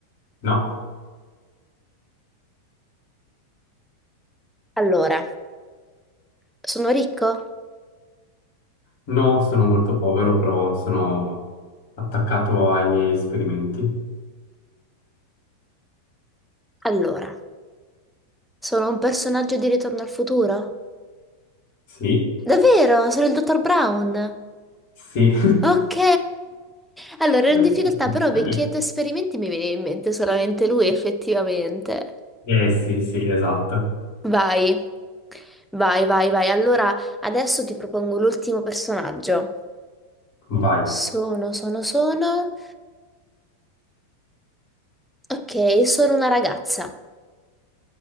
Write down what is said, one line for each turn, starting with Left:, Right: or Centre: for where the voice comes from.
Left: No,
Centre: Allora, sono ricco?
Left: no, sono molto povero, però sono attaccato ai miei esperimenti.
Centre: Allora, sono un personaggio di Ritorno al futuro?
Left: Sì,
Centre: Davvero? Sono il dottor Brown.
Left: sì.
Centre: Ok. <laughs> Allora, ero
Left: <laughs>
Centre: in difficoltà, però vecchietto esperimenti mi viene in mente solamente lui, effettivamente.
Left: Eh sì, sì, esatto.
Centre: Vai. Vai, vai, vai. Allora, adesso ti propongo l'ultimo personaggio.
Left: Vai.
Centre: Sono, sono, sono. Ok, sono una ragazza.